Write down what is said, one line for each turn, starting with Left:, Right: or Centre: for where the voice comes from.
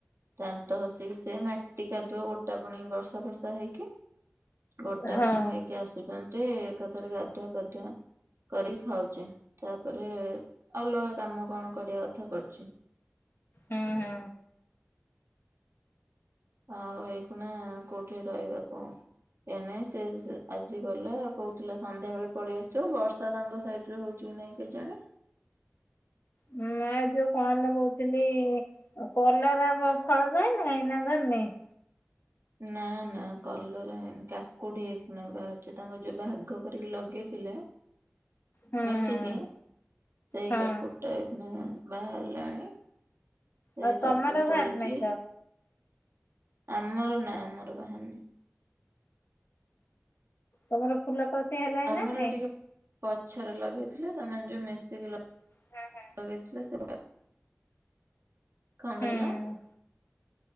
Right: ଦାନ୍ତ ଘସିକି ସେ ମାଟି କାଦୁଅ ଗୋଟା ପୁଣି ବର୍ଷା ବର୍ଷା ହେଇକି। ଗୋଟେ
Left: ହଁ
Right: ପୁଣି ହେଇକି ଆସୁଛନ୍ତି ଏକାଥରେ ଗାଧୁଆ ପାଧୁଆ। କରି ଖାଉଛେ ତାପରେ ଅଲଗା କାମ କଣ କରିବା କଥା କରୁଚି।
Left: ହୁଁ ହୁଁ।
Right: ଆଉ ଏଇକୁଣା କୋଉଠି ରହିବା କ ଏ ନାଇଁ ସେ ଆଜି ଗଲେ କୋଉ ଥିଲା ସନ୍ଧ୍ୟା ବେଳେ ପଳେଇ ଆସିବ ବର୍ଷା ତାଙ୍କ ସାଇଡ୍‌ ରେ ହଉଛି କି ନାଇଁ କେହି ଜାଣେ
Left: ହୁଁ ମା ଯୋଉ କଣ ଲଗଉଥିଲି। ଆଉ କଲରା ଫଳ ଧଇଲାଣି ନା ଧରିନେଇ।
Right: ନା ନା କଲରା ହେଇନି କାକୁଡି ଏଇନା ବାହାରୁଛି ତାଙ୍କ ଯୋଉ ଭାଗ କରିକି ଲଗେଇଥିଲେ।
Left: ହୁଁ
Right: ମିଶିକି
Left: ହୁଁ
Right: ସେଇ
Left: ହଁ
Right: କାକୁଡ଼ି ଟା ଏଇଖୁନା ବାହାରିଲାଣି ସେଇ
Left: ଆଉ ତମର
Right: ତାକୁ
Left: ଧରିନାହିଁ
Right: ତୋଳିକି
Left: ତ
Right: ଆମର ନା ଆମର ବାହାରିନି।
Left: ତମର ଫୁଲ କସି ହେଲାଣି
Right: ଆମର
Left: ନା ନାଇଁ।
Right: ଟିକେ ପଛରେ ଲଗେଇଥିଲେ ସେମାନେ ଯୋଉ ମିଶିକି ଲ
Left: ହୁଁ ହୁଁ।
Right: ଲଗେଇଥିଲେ ସେ କଣ
Left: ହୁଁ
Right: କହିଲ?